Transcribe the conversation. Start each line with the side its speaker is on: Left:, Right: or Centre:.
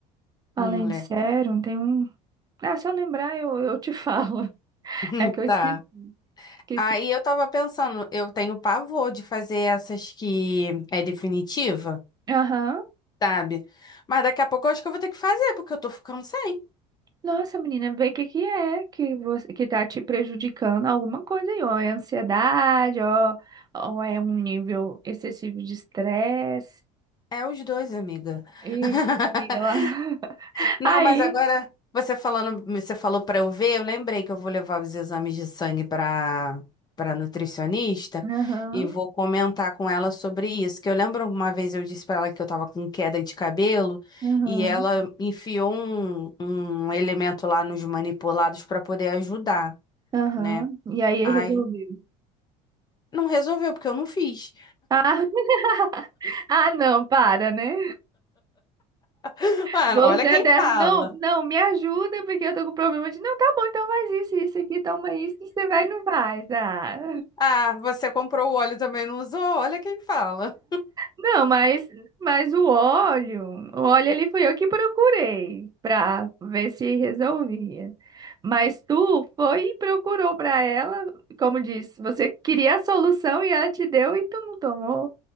Right: além
Left: Não lembro.
Right: de sérum, tem um. Ah, se eu lembrar, eu, eu te falo. <laughs>
Left: <laughs>
Right: É que eu
Left: Tá.
Right: esque- esqueci.
Left: Aí eu tava pensando, eu tenho pavor de fazer essas que é definitiva,
Right: Aham.
Left: sabe? Mas daqui a pouco eu acho que eu vou ter que fazer, porque eu tô ficando sem.
Right: Nossa, menina, vê o que que é que você que tá te prejudicando alguma coisa aí, ó, é ansiedade, ó, ou é um nível excessivo de estresse.
Left: É os dois, amiga.
Right: Ixi,
Left: <laughs>
Right: amiga, lá. <laughs>
Left: Não,
Right: Aí,
Left: mas agora você falando, você falou pra eu ver, eu lembrei que eu vou levar os exames de sangue pra para nutricionista
Right: aham,
Left: e vou comentar com ela sobre isso, que eu lembro uma vez eu disse pra ela que eu tava com queda de cabelo
Right: aham,
Left: e ela enfiou um, um elemento lá nos manipulados pra poder ajudar,
Right: aham.
Left: né?
Right: E aí
Left: Ai,
Right: resolveu.
Left: não resolveu porque eu não fiz.
Right: Ah, <laughs> ah, não, para, né?
Left: <laughs> Mano,
Right: Você
Left: olha
Right: é
Left: quem
Right: dessa,
Left: fala.
Right: não, não, me ajuda, porque eu tô com problema de, não, tá bom, então faz isso, isso aqui, toma isso, você vai e não faz. Ah.
Left: Ah, você comprou o óleo e também não usou? Olha quem fala.
Right: Não, mas, mas o óleo, o óleo ali fui eu que procurei pra ver se resolvia. Mas tu foi e procurou pra ela, como disse, você queria a solução e ela te deu e tu não tomou.